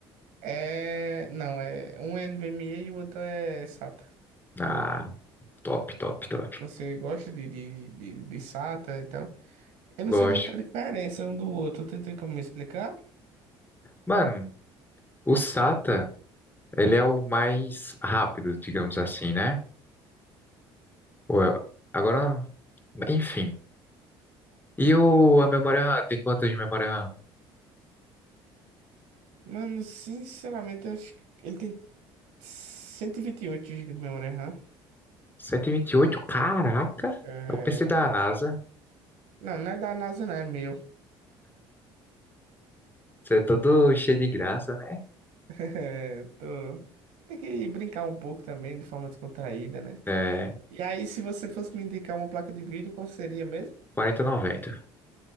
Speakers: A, on the right; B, on the left.
A: é, não, é um é NVMe e e o outro é SATA.
B: Ah, top, top, top.
A: Você gosta de, de, de, de SATA e tal? Eu
B: Gosto.
A: não sei muita diferença um do outro, tu tem como me explicar?
B: Mano, o SATA, ele é o mais rápido, digamos assim, né? Ou é- Agora, enfim. E o, a memória RAM? Tem quanto de memória RAM?
A: Mano, sinceramente, eu acho que ele tem cento e e vinte e oito gigas de memória RAM.
B: Cento e e vinte e oito, Caraca!
A: É...
B: É o PC da NASA.
A: Não, não é da NASA, não, é meu.
B: Você é todo cheio de graça, né?
A: É, tô... Tem que brincar um pouco também, de forma descontraída, né?
B: É,
A: E aí, se você fosse me indicar uma placa de vídeo, qual seria mesmo?
B: quarenta e noventa.